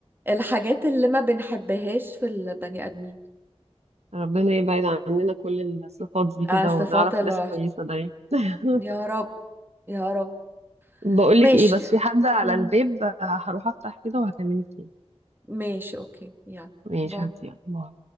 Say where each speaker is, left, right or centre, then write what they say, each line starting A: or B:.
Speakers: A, on the right; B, on the right.
A: الحاجات اللي ما بنحبهاش في البني آدمين
B: ربنا يبعد عننا كل الصفات دي كده
A: آه، صفات
B: ونعرف
A: الوحش
B: ناس كويسة دايما <laughs>
A: يا رب يا رب
B: بقولك
A: ماشي
B: ايه بس في حد على
A: مم.
B: الباب آه، هروح افتح كده وهكلمك تاني
A: ماشي اوكي يلا
B: ماشي
A: باي
B: هاتي يلا باي.